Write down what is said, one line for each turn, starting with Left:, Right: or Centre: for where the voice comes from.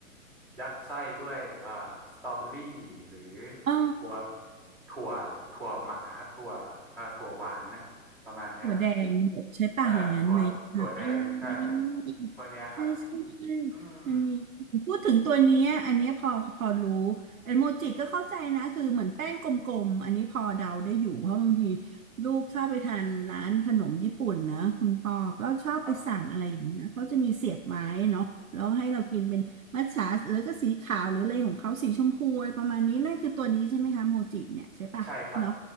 Centre: ยัดไส้ด้วยเอ่อสตรอเบอรี่หรือ
Right: อ๋อ
Centre: ถั่วถั่วถั่วหมักอะครับถั่วเอ่อถั่วหวานน่ะประมาณเนี้ยครับ
Right: หัวแดงใช่ป่ะอย่างนั้นไหมเออ
Centre: อ่าถั่วถั่วแดงใช่ครับพวกเนี้ยครับ
Right: ใช่ใช่ใช่
Centre: อืม
Right: มันมีพูดถึงตัวเนี้ยอันเนี้ยพอพอรู้แอนโมจิก็เข้าใจนะคือเหมือนแป้งกลมๆอันนี้พอเดาได้อยู่เพราะบางทีลูกชอบไปทานร้านขนมญี่ปุ่นนะคุณปอก็ชอบไปสั่งอะไรอย่างเงี้ยเขาจะมีเสียบไม้เนาะแล้วให้เรากินเป็นมัทฉะหรือก็สีขาวหรืออะไรของเขาสีชมพูอะไรประมาณนี้นั่นคือตัวนี้ใช่ไหมคะโมจิเนี่ยใช่ป่ะเนาะ
Centre: ครับใช่ครับ